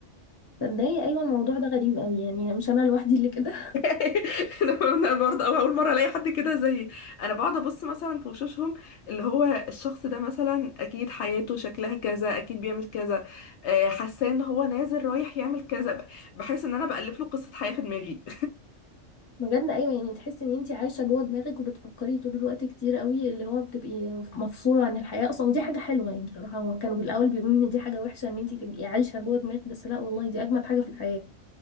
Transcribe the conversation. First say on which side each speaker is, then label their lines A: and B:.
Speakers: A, on the left (about 25°); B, on the left (about 70°).
A: تصدقي ايوه الموضوع ده غريب قوي يعني مش انا لوحدي اللي كده
B: <laughs> انا برضه أو اول مره الاقي حد كده زيي انا بقعد ابص مثلا في وشوشهم اللي هو الشخص ده مثلا اكيد حياته شكلها كذا اكيد بيعمل كذا آه، حاساه ان هو نازل رايح يعمل كذا ب- بحس ان انا بالف له قصه حياه في دماغي
A: بجد ايوه يعني تحس ان انت عايشه جوه دماغك وبتفكري طول الوقت كتير قوي اللي هو بتبقي مفصوله عن الحياه اصلا ودي حاجه حلوه يعني بصراحه هو كانوا بالاول بيقولوا ان دي حاجه وحشه ان انت تبقي عايشه جوه دماغك بس لا والله دي اجمد حاجه في الحياه